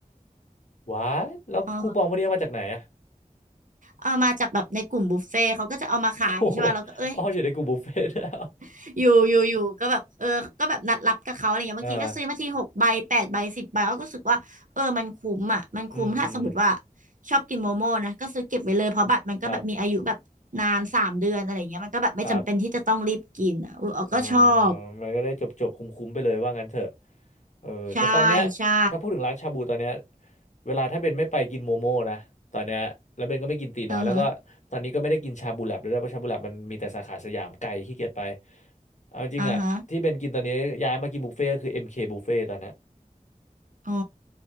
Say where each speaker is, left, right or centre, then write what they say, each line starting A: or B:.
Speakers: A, on the left (about 55°); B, on the right (about 65°).
A: ว้าแล้วคูปองพวกนี้เอามาจากไหนอะ
B: อ๋อ เอามาจากแบบในกลุ่มบุฟเฟ่ต์เขาก็จะเอามาขายใช่ป่ะเราก็เอ้ย
A: <laughs> โอ้โหอ๋ออยู่ในกลุ่มบุฟเฟ่ต์ <laughs> ด้วย
B: <laughs> อยู่อยู่อยู่ก็แบบเออก็แบบนัดรับกับเขาอะไรเงี้ยบางทีก็ซื้อมาทีหกใบแปดใบสิบใบเราก็รู้สึกว่าเออมันคุ้มอ่ะมันคุ้มถ้าสมมติว่า
A: อ่าอืมอืม
B: ชอบกินโมโม่นะก็ซื้อเก็บไว้เลยเพราะบัตรมันก็แบบมีอายุแบบนานสามเดือนอะไรเงี้ยมันก็แบบไม่จำเป็นที่จะต้องรีบกินอ่ะเออเราก็ชอบ
A: ครับครับ เออมันก็ได้จบจบคุ้มคุ้มๆไปเลยว่างั้นเถอะเออแต่ตอนเนี้ย
B: ใช่ใช่
A: ถ้าพูดถึงร้านชาบูตอนเนี้ยเวลาถ้าเบนไม่ไปกินโมโม่นะ ตอนเนี้ยแล้วเบนก็ไม่กินตีน้อยแล้วก็ตอนนี้ก็ไม่ได้กินชาบูแลบด้วยนะเพราะชาบูแลบมันมีแต่สาขาสยามไกลขี้เกียจไป
B: อือฮะ
A: เอาจริงอะที่เบนกินตอนนี้ย้ายมากินบุฟเฟ่ต์ก็คือ
B: อ่าฮะ
A: MK บุฟเฟ่ตตอนเนี้ย
B: อ๋อ